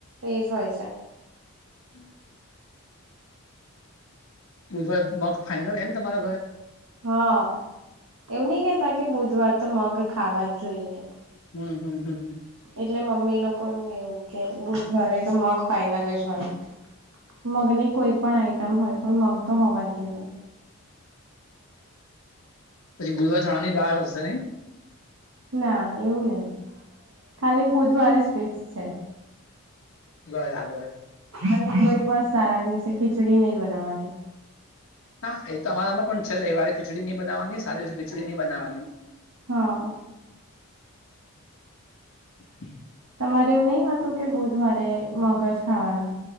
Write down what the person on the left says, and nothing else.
હમ <inaudible> બુધવાર મગ ફાઈનલ એમ તમારા ઘરે
હમ હમ હમ
પછી ગુદવા ચણા ની દાળ હશે નઈ
બરાબર
હા એ તો અમારામાં પણ છે રવિવારે ખીચડી નઈ બનાવાની સારા દિવસે ખીચડી નઈ બનાવાની
<inaudible>